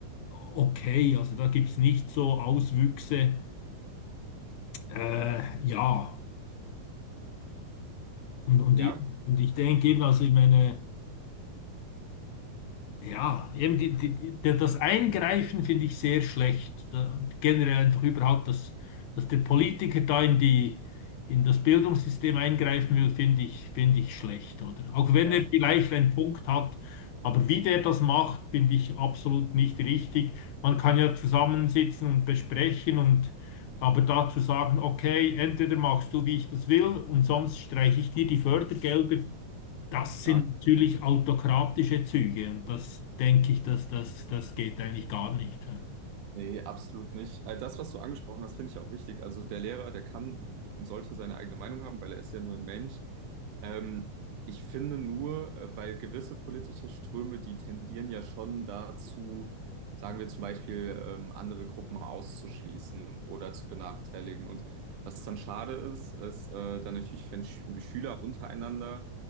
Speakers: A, on the left (about 75°); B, on the right (about 80°).
A: okay. Also da gibt es nicht so Auswüchse. Äh, ja, und, und,
B: ja,
A: ich, und ich denke eben, also ich meine. Ja, eben die, die, die, der- das Eingreifen finde ich sehr schlecht. Da, generell einfach überhaupt, dass, dass der Politiker da in die, in das Bildungssystem eingreifen will, finde ich, finde ich schlecht, oder? Auch wenn
B: ja,
A: er vielleicht einen Punkt hat, aber wie der das macht, finde ich absolut nicht richtig. Man kann ja zusammensitzen und besprechen und aber dazu sagen, okay, entweder machst du, wie ich das will, und sonst streiche ich dir die Fördergelder. Das
B: ja,
A: sind natürlich autokratische Züge und das denke ich, dass das, das geht eigentlich gar nicht. hä?
B: nee, absolut nicht. Äh, Das, was du angesprochen hast, finde ich auch wichtig. Also der Lehrer, der kann und sollte seine eigene Meinung haben, weil er ist ja nur ein Mensch. Ähm, ich finde nur, äh, weil gewisse politische Ströme, die tendieren ja schon dazu, sagen wir zum Beispiel, ähm, andere Gruppen auszuschließen oder zu benachteiligen. Und was dann schade ist, ist äh, dann natürlich, wenn Sch Schüler untereinander